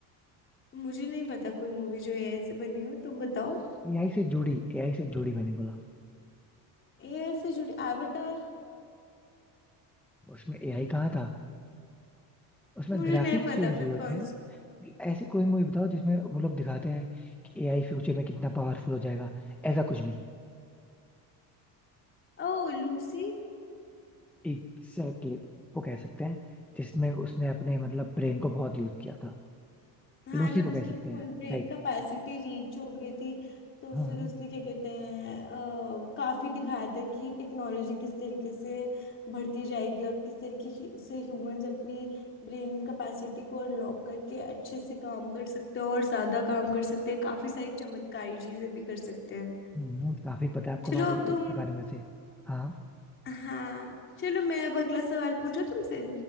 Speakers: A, on the left; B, in the centre.
A: मुझे नहीं पता कोई मूवी जो एआई से बनी हो तुम बताओ
B: एआई से जुड़ी एआई से जुड़ी मैंने बोला
A: एआई से जुड़ी एवटार
B: उसमें एआई कहाँ था उसमें
A: मुझे
B: ग्राफिक्स
A: नहीं पता
B: यूज हुए
A: फिर कौन
B: थे
A: सा
B: ऐसी कोई मूवी बताओ जिसमें वो लोग दिखाते हैं कि एआई फ्यूचर में कितना पावरफुल हो जाएगा ऐसा कुछ भी
A: ओ लूसी
B: एग्जैक्टली वो कह सकते हैं जिसमें उसने अपने मतलब ब्रेन को बहुत यूज किया था
A: हाँ
B: लूसी
A: जब
B: को
A: उसकी
B: कह सकते
A: फुल
B: हैं
A: ब्रेन
B: राइट
A: कैपेसिटी रीच हो गई थी तो
B: हाँ
A: फिर उसने क्या कहते हैं अ, काफी दिखाया था कि टेक्नोलॉजी किस तरीके से बढ़ती जाएगी और किस तरीके ह्यू- से ह्यूमंस अपनी ब्रेन कैपेसिटी को अनलॉक करके अच्छे से काम कर सकते हैं और ज्यादा काम कर सकते हैं काफी सारी चमत्कारी चीजें भी कर सकते हैं
B: हम्म, काफी पता है आपको
A: चलो
B: बारे
A: अब तुम
B: इसके बारे में से हाँ
A: हाँ चलो मैं अब अगला सवाल पूछूं तुमसे